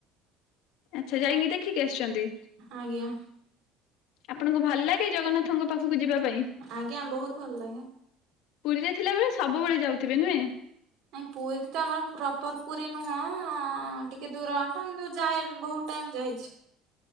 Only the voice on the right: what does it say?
ଆଜ୍ଞା।
ଆଜ୍ଞା ବହୁତ ଭଲ ଲାଗେ।
ନାଇଁ ପୁରୀ ତ ଆମର ପ୍ରପର ପୁରୀ ନୁହଁ ଟିକେ ଦୂର ବାଟ କିନ୍ତୁ ଯାଏ ବୋହୁତ ଟାଇମ ଯାଇଚି।